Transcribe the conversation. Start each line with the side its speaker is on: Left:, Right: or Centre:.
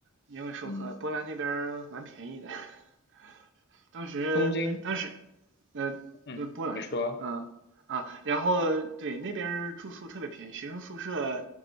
Right: 英文授课，
Left: 嗯，
Right: 波兰那边儿蛮便宜的。<laughs> 当时当时
Left: 东京，
Right: 呃呃波兰，
Left: 嗯，你说
Right: 嗯啊，然后对那边儿住宿特别便宜，学生宿舍